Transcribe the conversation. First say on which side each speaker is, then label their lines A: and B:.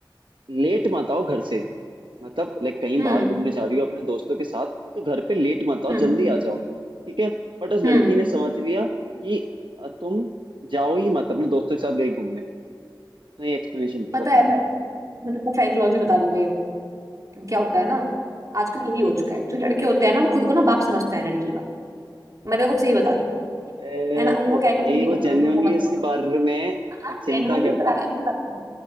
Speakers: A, on the right; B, on the right.
A: लेट मत आओ घर से मतलब लाइक कहीं
B: हम्म
A: बाहर घूमने जा रही हो अपने दोस्तों के साथ तो घर पे लेट मत आओ
B: हम्म
A: जल्दी आ जाओ ठीक है बट उस
B: हम्म
A: लड़की ने समझ लिया कि अ, तुम जाओ ही मत अपने दोस्तों के साथ गई घूमने उसने ये एक्सप्लेनेशन पे
B: पता
A: बताया
B: है मैं मैं तो साइकोलॉजी बता रही हूँ मैं ये क्या होता है
A: हम्म
B: ना आजकल यही हो चुका है जो लड़के होते हैं ना वो खुद को ना बाप समझते हैं लड़की का मैं देखो सही बता रही हूँ
A: ए,
B: है ना उनको
A: तो
B: क्या है
A: भाई
B: कि तुम ये
A: वो
B: मत करो
A: जेन्युइनली
B: तुम वो मत
A: उसके
B: करो तुम-
A: बारे में
B: हाँ
A: चिंता
B: जेन्युइनली
A: करता
B: बता रहा
A: था
B: है मैं बताती हूँ